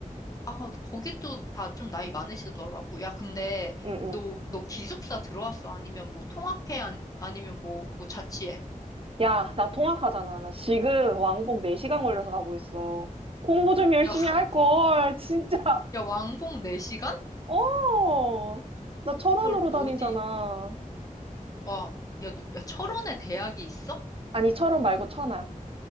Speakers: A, on the left; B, on the right.
A: 아, 거기도 다 좀 나이 많으시더라고. 야, 근데
B: 응, 응.
A: 너, 너 기숙사 들어왔어? 아니면 뭐 통학해? 아니, 아니면 뭐, 뭐 자취해?
B: 야, 나 통학하잖아. 나 지금 왕복 4시간 걸려서 가고 있어. 공부 좀 열심히
A: 야,
B: 할
A: <laughs>
B: 걸, <laughs> 진짜.
A: 야, 왕복 4시간?
B: 어, 나 천안으로
A: 헐, 뭐
B: 다니잖아.
A: 어디, 와, 야, 너, 야, 철원에 대학이 있어?
B: 아니, 철원 말고 천안.